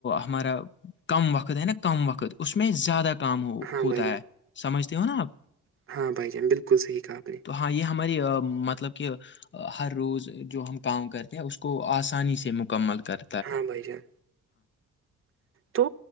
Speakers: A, on the left; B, on the right.
A: ہمارا کم وقت ہے نا کم وقت اس میں زیادہ کام ہو
B: ہاں
A: ہوتا
B: بھائی جان
A: ہے سمجھتے ہو نا آپ
B: ہاں بھائی جان بالکلح آپ نے
A: تو ہاں یہ ہماری مطلب کہ ہر روز جو ہم کام کرتے ہیں اس کو آسانی سے مکمل کر
B: ہاں بھائی جان تو